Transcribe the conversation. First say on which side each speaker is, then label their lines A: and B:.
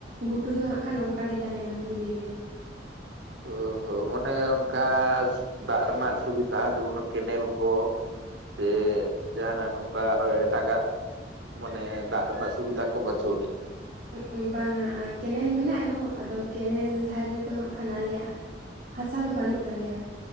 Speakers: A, on the right; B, on the right.
A: ᱜᱷᱩᱴᱩ ᱫᱚ ᱦᱟᱸᱜ ᱠᱷᱟᱱ ᱚᱱᱠᱟ ᱜᱮ ᱛᱟᱦᱮᱱᱟ ᱯᱩᱲᱤᱭᱟᱹ ᱜᱮ ᱾
B: ᱚ ᱦᱚᱸ ᱢᱟᱱᱮ ᱚᱱᱠᱟ ᱫᱟᱜ ᱨᱮᱱᱟᱜ ᱥᱩᱵᱤᱫᱷᱟ ᱡᱮᱢᱚᱱ ᱠᱮᱱᱮᱞ ᱠᱚ ᱥᱮ ᱡᱟᱦᱟᱱᱟᱜ ᱱᱚᱝᱠᱟ ᱟᱨᱦᱚ ᱮᱴᱟᱜᱟᱜ ᱢᱟᱱᱮ ᱫᱟᱜ ᱨᱮᱱᱟᱜ ᱥᱩᱵᱤᱫᱷᱟ ᱠᱚ ᱵᱟᱪᱩᱜ ᱟᱹᱱᱤᱡ ᱾
A: ᱩᱸᱜ ᱩᱸ ᱵᱟᱝᱟ ᱠᱮᱱᱮᱞ ᱢᱮᱱᱟᱜ ᱨᱮᱦᱚᱸ ᱟᱫᱚ ᱠᱮᱱᱮᱞ ᱫᱷᱟᱨᱮ ᱨᱮᱫᱚ ᱦᱟᱸᱜ ᱠᱷᱟᱱ ᱟᱞᱮᱭᱟᱜ ᱦᱟᱥᱟ ᱫᱚ ᱵᱟᱹᱱᱩᱜ ᱛᱟᱞᱮᱭᱟ